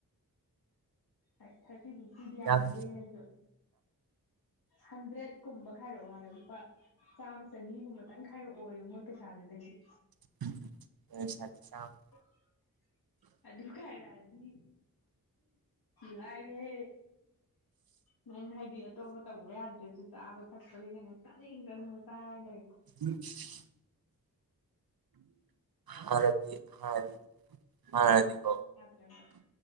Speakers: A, on the left; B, on the right.
A: ꯑꯁ ꯊꯥꯔꯇꯤ ꯐꯤꯐꯇꯤꯗꯤ ꯌꯥꯝꯃꯟꯗꯦꯍꯦ
B: ꯌꯥꯝ
A: ꯅꯪꯁꯨ ꯍꯟꯗ꯭ꯔꯦꯠꯀꯨꯝꯕ ꯈꯥꯏꯔꯛꯑꯣ ꯍꯥꯏꯌꯨ ꯂꯨꯄꯥ ꯆꯥꯝꯃ ꯆꯅꯤꯒꯨꯝꯕꯇꯪ ꯈꯥꯏꯔꯛꯑꯣꯌꯣ ꯃꯣꯏ ꯄꯩꯁꯥꯗꯨꯗꯒꯤ
B: <unintelligible>
A: <unintelligible> ꯑꯗꯨ ꯈꯥꯏꯔꯛꯑꯗꯤ ꯂꯥꯏꯔꯦ ꯅꯪ ꯍꯥꯏꯗꯤ ꯑꯇꯣꯞꯄ ꯇꯧꯕ ꯌꯥꯗ꯭ꯔꯁꯨ ꯆꯥꯕ ꯊꯛꯄꯅꯤꯅ ꯆꯥꯅꯤꯡ ꯆꯅꯤꯡꯕ ꯆꯥꯔ ꯂꯩ
B: <unintelligible> ꯍꯥꯥꯟꯅꯗꯤ ꯍꯥꯥꯟꯅꯗꯤ ꯍꯥꯥꯟꯅꯗꯤꯀꯣ
A: <unintelligible>